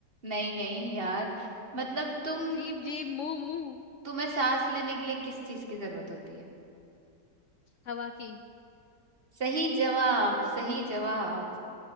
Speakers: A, on the right; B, on the left.
A: नहीं नहीं यार मतलब तुम
B: जीप जीप मुंह मुंह
A: तुम्हें सांस लेने के लिए किस चीज की जरूरत होती है
B: हवा की
A: सही जवाब सही जवाब